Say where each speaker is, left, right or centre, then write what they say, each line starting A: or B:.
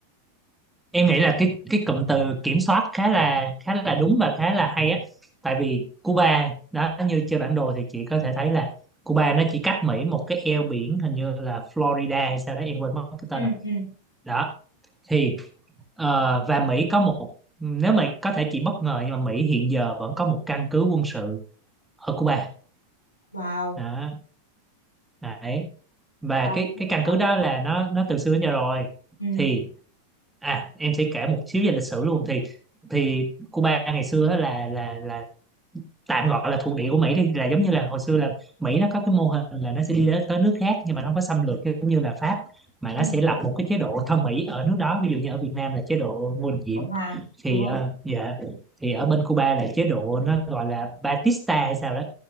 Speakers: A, in the centre; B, on the left (about 80°).
A: Em nghĩ là cái cái cụm từ kiểm soát khá là khá là đúng và khá là hay á. Tại vì Cuba đó như trên bản đồ thì chị có thể thấy là Cuba nó chỉ cách Mỹ một cái eo biển hình như là Florida hay sao đó em quên mất cái
B: ừ
A: tên rồi.
B: ừ
A: Đó thì ờ, và Mỹ có một nếu mà có thể chị bất ngờ nhưng mà Mỹ hiện giờ vẫn có một căn cứ quân sự ở Cuba.
B: wow
A: Đó, đấy. Và
B: wow
A: cái
B: Đúng
A: cái căn
B: rồi.
A: cứ đó là nó nó từ xưa đến giờ rồi
B: ừ
A: thì à em sẽ kể một xíu về lịch sử luôn thì thì Cuba ngày xưa á là là là tạm gọi là thuộc địa của Mỹ đi là giống như là hồi xưa là Mỹ nó có cái mô hình là nó sẽ đi đến tới nước khác nhưng mà nó không có xâm lược giống như là Pháp mà
B: ừ
A: nó sẽ lập một cái chế độ thân Mỹ ở nước đó ví dụ như ở Việt Nam là chế độ Ngô Đình Diệm
B: cộng hòa
A: thì
B: đúng không
A: ờ, dạ thì ở bên Cuba là chế độ nó gọi là Batista hay sao đó